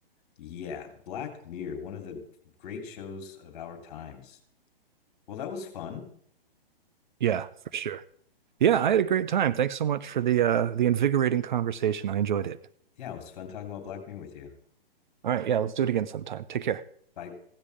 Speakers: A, on the left (about 40°); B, on the right (about 50°).
A: yeah. Black Mirror, one of the great shows of our times. Well, that was fun.
B: Yeah, for sure. Yeah, I
A: Uh,
B: had a great time. Thanks so much for the uh the invigorating conversation. I enjoyed it.
A: Yeah, it was fun talking about Black Mirror with you.
B: All right, yeah, let's do it again sometime. Take care.
A: Bye.